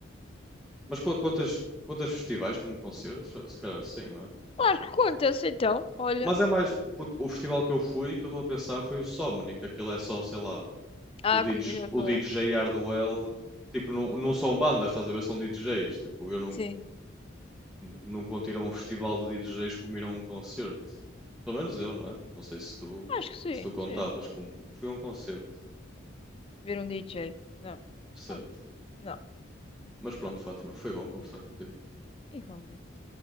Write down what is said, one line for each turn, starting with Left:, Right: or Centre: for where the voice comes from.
Centre: Mas qu- quantas, quantas festivais como concertos? Se calhar sim, não é?
Left: Claro que conta-se então. Olha.
Centre: Mas é mais, porque o festival que eu fui, que eu estou a pensar, foi o Somni, que aquilo é só, sei lá,
Left: Ah,
Centre: o
Left: Cunha
Centre: DJ,
Left: já
Centre: o
Left: foi.
Centre: DJ Hardwell, tipo, não, não são bandas, estás a ver? São DJs, tipo, eu não,
Left: Sim.
Centre: não conto ir a um festival de DJs como ir a um concerto. Pelo menos eu, não é? Não sei se tu,
Left: Acho que sim,
Centre: se tu contavas
Left: sim.
Centre: como, fui a um concerto,
Left: Ver um DJ. Não.
Centre: certo?
Left: Oh, Não,
Centre: Mas pronto,
Left: não.
Centre: Fátima, foi bom conversar contigo.
Left: Igualmente.